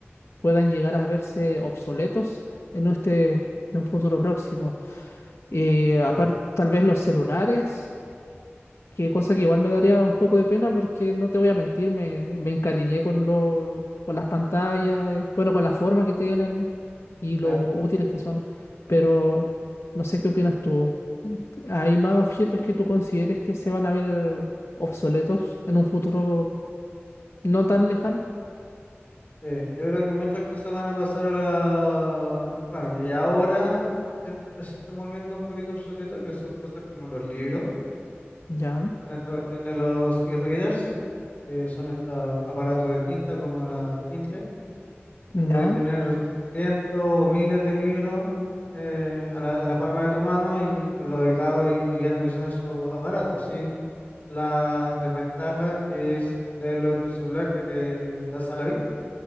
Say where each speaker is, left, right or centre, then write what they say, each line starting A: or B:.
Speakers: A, on the left; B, on the left.
A: puedan llegar a verse obsoletos en este, en un futuro próximo. y aparte,
B: Ujú.
A: tal vez los celulares. que cosa que igual me daría un
B: Mm,
A: poco de pena porque no te voy a mentir, me, me encariñé con lo, con las pantallas, eh, bueno, con la forma que tienen y lo
B: Claro,
A: útiles que son, pero no sé qué opinas tú. ¿Hay más objetos que tú consideres que se van a ver obsoletos en un futuro no tan lejano?
B: sí. Yo creo que muchas cosas van a pasar a la... Bueno, que ya ahora en- eh, se está volviendo un poquito obsoleto, que son cosas como los libros,
A: Ya,
B: con esta cuestión de los e-readers, que son estos aparatos de tinta como la Kindle,
A: ya.
B: que podéis tener cientos o miles de libros eh, a la, en la palma de tu mano y con lo delgado y liviano que son esos aparatos, sin la desventaja que es leerlo en tu celular que te cansa la vista.